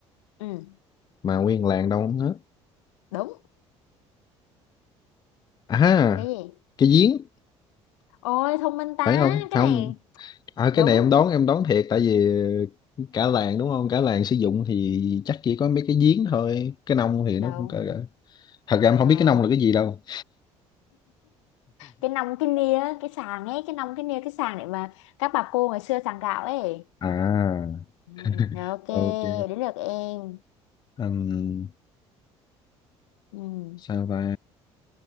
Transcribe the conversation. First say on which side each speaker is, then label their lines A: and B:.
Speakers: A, on the left; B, on the left.
A: ừ
B: mà nguyên làng đâu không hết
A: đúng
B: à
A: là cái gì
B: cái giếng
A: ôi thông minh ta
B: phải không không
A: cái này
B: À,
A: đúng
B: cái này em đoán em đoán thiệt tại vì cả làng đúng không cả làng sử dụng thì chắc chỉ có mấy cái giếng thôi cái nông thì
A: đúng
B: nó cũng cỡ cỡ. thật ra em
A: rồi
B: không biết cái nông là cái gì đâu
A: cái nòng cái nia cái sàng ấy cái nòng cái nia cái sàng để mà các bà cô ngày xưa sàng gạo ấy
B: à
A: ừ, rồi ok
B: ok
A: đến lượt em
B: Ừm,
A: ừ.
B: sao ta